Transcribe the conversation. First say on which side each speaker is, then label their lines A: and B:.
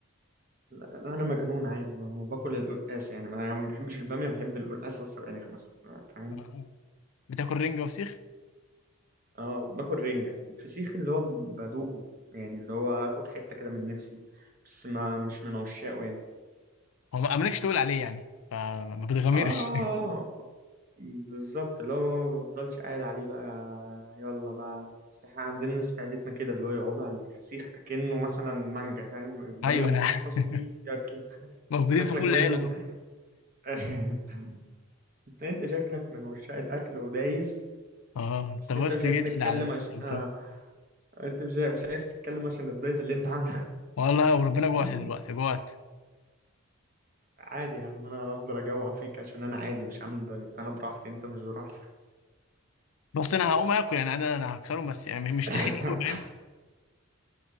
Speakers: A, on the right; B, on the left.
A: لا لا، انا مجنون عادي وباكل القلقاس يعني انا ما بحبش الباميه بحب القلقاس والسبانخ مثلا فاهم
B: آه. بتاكل رنجه وفسيخ
A: اه باكل رنجة الفسيخ اللي هو بدوقه يعني اللي هو اخد حتة كده من نفسي بس ما مش من عشاقه يعني
B: هو ما مالكش تقول عليه يعني فما بتغامرش
A: اه بالظبط اللي هو ما بفضلش قاعد عليه بقى يلا بقى بس احنا عندنا ناس في عيلتنا كده اللي هو يقعدوا على الفسيخ اكنه مثلا مانجا فاهم
B: <laughs>
A: يفضلوا
B: ايوه
A: يفصصوا
B: انا عارف.
A: فيه ياكل
B: موجودين
A: تاكلك
B: في كل
A: منهم
B: عيله دول
A: <laughs> انت شكلك من عشاق الاكل ودايس
B: اه انت
A: بس
B: بس
A: انت مش عايز
B: جيت
A: تتكلم
B: لي على
A: عش...
B: البتاع.
A: آه. انت مش مش عايز تتكلم عشان الدايت اللي انت عامله
B: والله وربنا جوعت
A: <laughs>
B: دلوقتي جوعت
A: عادي يا عم انا هفضل اجوع فيك عشان انا عادي مش عامل دايت انا براحتي انت مش براحتك
B: بس انا هقوم اكل يعني عادة انا هكسرهم بس يعني مش
A: <laughs>
B: تخين قوي فاهم